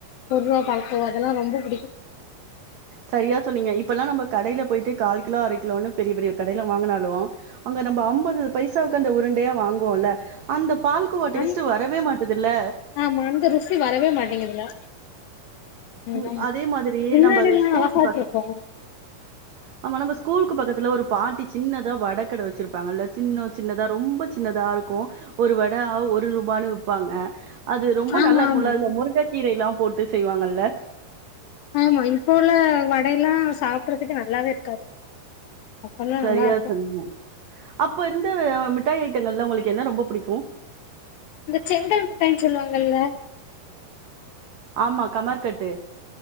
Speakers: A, on the left (about 80°); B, on the right (about 80°).
A: ஒரு ரூவா பால்கோவா அதெல்லா ரொம்ப புடிக்கு
B: சரியா சொன்னீங்க இப்பெல்லா நம்ம கடையில போயிட்டு கால் கிலோ அர கிலோன்னு பெரிய பெரிய கடைல வாங்குனாலு அங்க நம்ம அம்பது பைசாவுக்கு அந்த உருண்டையா வாங்குவோல்ல அந்த பால் கோவா டேஸ்ட்
A: அந்
B: வரவே மாட்டதுல்ல
A: ஆமா அந்த ருசி ருசி வரவே மாட்டேங்குதுல ஆ
B: ம் அதே மாதிரி
A: பின்னாடி
B: நம்ம
A: எல்லா
B: ஸ்கூலுக்கு
A: அழகாயிட்டுருக்கோ
B: பக் ஆமா நம்ம ஸ்கூலுக்கு பக்கத்துல ஒரு பாட்டி சின்னதா வடகட வெச்சிருப்பாங்க இல்ல சின்ன சின்னதா ரொம்ப சின்னதா இருக்கு ஒரு வட ஒரு ரூபான்னு விப்பாங்க அது ரொம்ப
A: ஆமா
B: நல்லா இருக்கும்ல
A: ஆமா
B: அதுல முருங்க கீரை எல்லா போட்டு செய்வாங்கல்ல
A: ஆமா இப்போ உள்ள வடை எல்லா சாப்புட்றதுக்கு நல்லாவே இருக்காது அப்பல்லா
B: சரியா
A: நல்லா இருக்கு
B: சொன்னீங்க. அப்ப இருந்த மிட்டாய் ஐட்டங்கள்ல உங்களுக்கு என்ன ரொம்ப புடிக்கு
A: இந்த செங்கல் முட்டாய்னு சொல்லுவாங்கல்ல
B: ஆமா கமர்‌ கட்டு